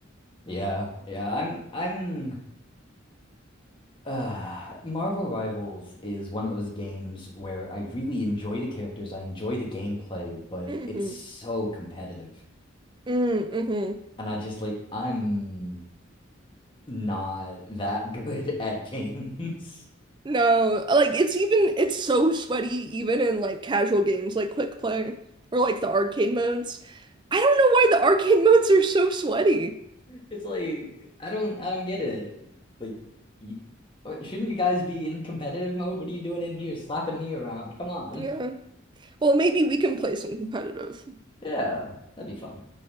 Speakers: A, on the left; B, on the right.
A: Yeah. Yeah, I'm I'm uh Marvel Rivals is one of those games where I really enjoy the characters, I enjoy the gameplay, but
B: Mm-hmm.
A: it's so competitive.
B: Mm-hmm.
A: And I just like I'm not that good <laughs> at games.
B: No, like it's even it's so sweaty even in like casual games like quick play or like the arcade modes. I don't know why the arcade <laughs> modes are so sweaty.
A: It's like I don't I don't get it. Like you, uh, shouldn't you guys be in competitive mode? What are you doing in here slapping me around? Come on.
B: Yeah. Well, maybe we can play some competitive.
A: Yeah, that'd be fun.